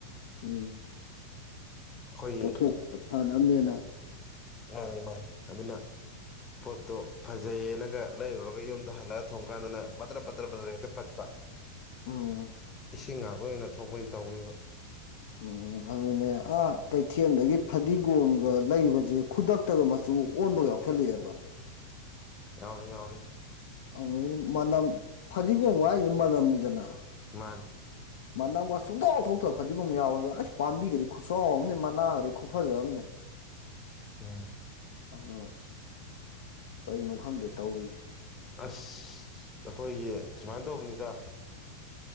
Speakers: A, on the left; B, on the left.
A: ꯎꯝ
B: ꯑꯩꯈꯣꯏꯒꯤ
A: ꯄꯣꯠꯊꯣꯛ ꯈꯔ ꯐꯅꯕꯅꯦꯅ
B: ꯃꯥꯅꯤ ꯃꯥꯅꯤ ꯑꯗꯨꯅ ꯄꯣꯠꯇꯣ ꯐꯖꯩꯌꯦꯅꯒ ꯂꯩꯔꯨꯔꯒ ꯌꯨꯝꯗ ꯍꯜꯂꯛꯒ ꯊꯣꯡ ꯀꯥꯟꯗꯅ ꯕꯗ꯭ꯔ ꯕꯗ꯭ꯔ ꯕꯗ꯭ꯔ ꯍꯦꯛꯇ ꯄꯠꯈꯤ ꯄ
A: ꯎꯝ
B: ꯏꯁꯤꯡ ꯉꯥꯛꯇ ꯑꯣꯏꯅ ꯊꯣꯛꯄ ꯑꯣꯏꯅ ꯇꯧꯋꯤꯕ
A: ꯎꯝ ꯎꯝ ꯑꯗꯨꯅꯦ ꯑꯥ ꯀꯩꯊꯦꯜꯗꯒꯤ ꯐꯗꯤꯒꯣꯝꯒ ꯂꯩꯕꯁꯦ ꯈꯨꯗꯛ ꯈꯨꯗꯛꯇꯒ ꯃꯆꯨ ꯑꯣꯟꯕꯒ ꯌꯥꯎꯁꯟꯂꯛ ꯑꯦꯕ
B: ꯌꯥꯎꯋꯤ ꯌꯥꯎꯋꯤ
A: ꯑꯗꯨ ꯃꯅꯝ ꯐꯗꯤꯒꯣꯝ ꯍꯥꯏꯔꯤꯁꯦ ꯃꯅꯝꯅꯤꯗꯅ
B: ꯃꯥꯥꯅꯤ
A: ꯃꯅꯝꯒ ꯁꯨꯡꯊꯣꯛ ꯊꯣꯛꯇꯕ ꯐꯗꯤꯒꯝ ꯌꯥꯎꯋꯦꯕ ꯑꯁ ꯄꯥꯝꯕꯤꯒꯗꯤ ꯈꯨꯆꯥꯎ ꯑꯃꯅꯦ ꯃꯅꯥꯒꯗꯤ ꯈꯨꯐꯖꯝꯅꯦ <inaudible>
B: ꯎꯝ
A: ꯑꯗꯨ ꯀꯔꯤꯅꯣ ꯈꯪꯗꯦ ꯇꯧꯔꯤꯁꯦ
B: ꯑꯁ ꯑꯩꯈꯣꯏꯒꯤ ꯁꯨꯃꯥꯏꯅ ꯇꯧꯕꯅꯤꯗ